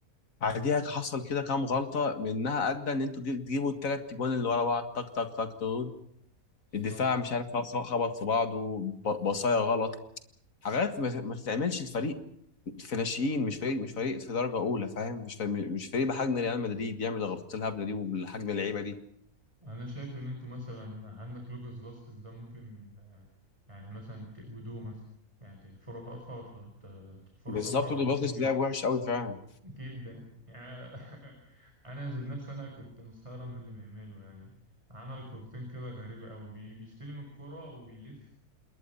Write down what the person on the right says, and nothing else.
بالظبط
انا شايف ان انتوا مثلا عندك لوكاس فاسكيز ده ممكن آه، يعني مثلا تقودوه مثلا يعني تحفروا حفره وت- تحفروا
حفره وتحطوه
فيه
جدا يعني <laughs> انا ذات نفسي انا كنت مستغرب من اللي بيعمله يعني عمل كورتين كده غريبه قوي بي بيستلم الكرة وبيلف